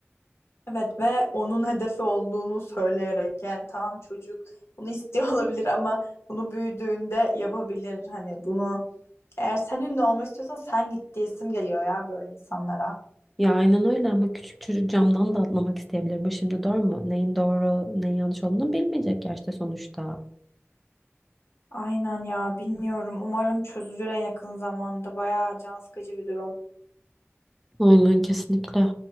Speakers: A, on the left; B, in the centre.
A: Evet ve onun hedefi olduğunu söyleyerek yani tamam çocuk bunu istiyor <laughs> olabilir ama bunu büyüdüğünde yapabilir. Hani bunu eğer sen ünlü olmak istiyorsan sen git diyesim geliyor ya böyle insanlara.
B: Ya aynen öyle ama küçük çocuk camdan da atlamak isteyebilir. Bu şimdi doğru mu? Neyin doğru, neyin yanlış olduğunu bilmeyecek yaşta sonuçta.
A: Aynen ya bilmiyorum. Umarım çözülür en yakın zamanda. Bayağı can sıkıcı bir durum.
B: Aynen kesinlikle.